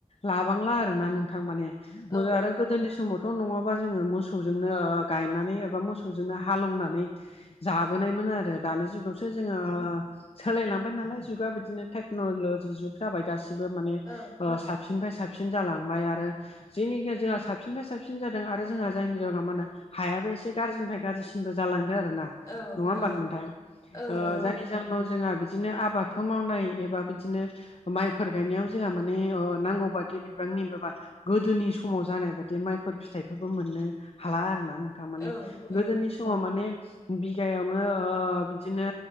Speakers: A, on the left (about 50°); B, on the left (about 25°).
A: लाबांला आरोना नोंथां माने
B: औ
A: मो आरो
B: औ
A: गोदोनि समावथ' नङाबा जोङो मोसौ जोंनो गायनानै एबा मोसौजोंनो हालौनानै जाबोनायमोन आरो दानि जुगावसो जोङो ओ सोलायलांबाय नालाय जुगा बिदिनो टेक्न'लजि जुग जाबाय गासिबो माने
B: औ
A: ओ सा सिनफाय साबसिन जालांबाय आरो जेनिखिया जोंहा साबसिननिफाय साबसिन जादों आरो जोंहा जायनि जाउनाव मानो हायाबो एसे गारजिनिफाय गारजिसिनबो जालांदो आरो ना
B: औ
A: नङा होमबा
B: औ
A: नोंथां
B: औ
A: ओ
B: नंगौ नोंथां
A: जायनि जाउनाव जोंहा बिदिनो आबादखौ मावनाय एबा बिदिनो माइफोर गायनायाव जोंहा माने ओ नांगौ बादि बिबांनि बाबा गोदोनि समाव जानाय बादि माइफोर फिथाइफोरबो मोननो हाला आरो ना नोंथां माने
B: औ औ
A: गोदोनि समाव माने बिगायावनो ओ बिदिनो